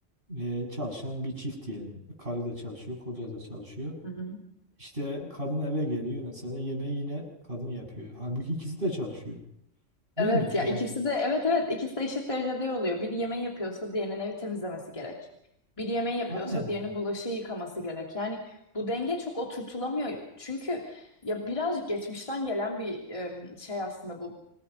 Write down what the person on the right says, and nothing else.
e, çalışan bir çift diyelim. Karı da çalışıyor, koca da çalışıyor.
İşte kadın eve geliyor mesela yemeği yine kadın yapıyor. Halbuki ikisi de çalışıyor.
Değil mi?
Yani
aynen.